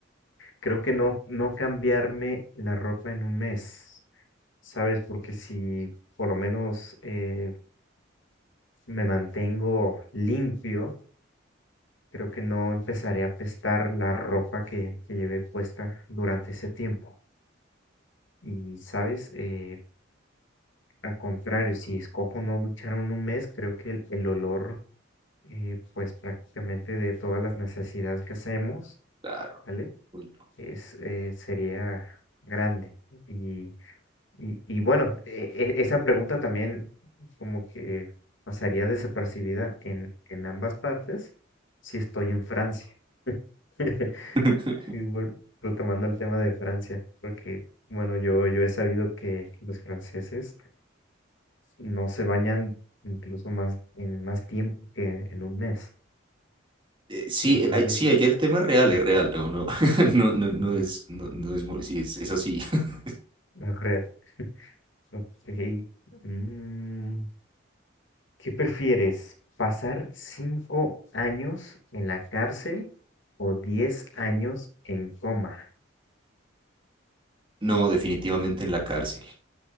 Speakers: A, on the left (about 70°); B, on the right (about 25°).
A: creo que no, no cambiarme la ropa en un mes, ¿sabes? Porque si por lo menos eh, me mantengo limpio, creo que no empezaré a apestar la ropa que, que llevé puesta durante ese tiempo. Y, ¿sabes? Eh, Al contrario, si escojo no ducharme en un mes, creo que el, el olor, eh, pues prácticamente de todas las necesidades que hacemos,
B: Claro.
A: ¿vale?
B: Uy, no.
A: Es, eh, sería grande. Y, y, y bueno, e- e- esa pregunta también como que pasaría desapercibida en, en ambas partes si estoy en Francia. <laughs>
B: <laughs>
A: Y vol- retomando el tema de Francia, porque, bueno, yo, yo he sabido que los franceses no se bañan incluso más en más tiempo que en un mes.
B: Eh, Sí,
A: Entonces,
B: eh, hay- sí, allá el tema es real,
A: mm,
B: es real, no, no, <laughs> no, no, no
A: ujú,
B: es, no, no es, mole- sí, es, es así. <laughs>
A: es real. Ok. Mm, ¿qué prefieres? ¿Pasar cinco años en la cárcel o diez años en coma?
B: No, definitivamente en la cárcel,